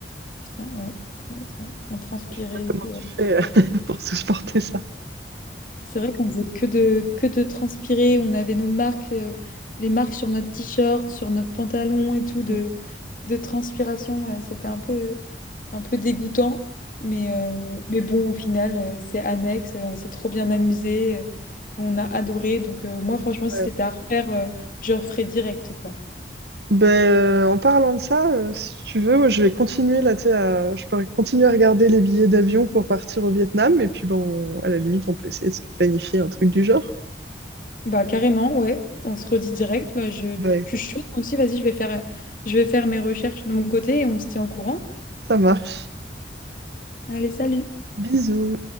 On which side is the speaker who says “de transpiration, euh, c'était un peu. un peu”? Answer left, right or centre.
Left